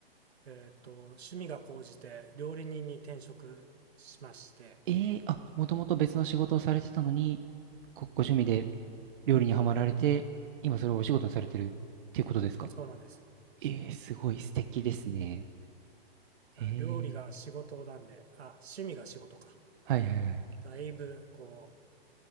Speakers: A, on the right; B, on the right.
A: えっと、趣味が高じて料理人に転職しまして、
B: えー、あ、もともと別の仕事をされてたのに、ご、ご趣味で料理にはまられて、今それをお仕事にされてるっていうことですか
A: そうなんです。
B: えー、すごい素敵ですね。
A: あ料理が仕事なんで、
B: えー、
A: あ、趣味が仕事か。
B: はいはいはい。
A: だいぶ、こ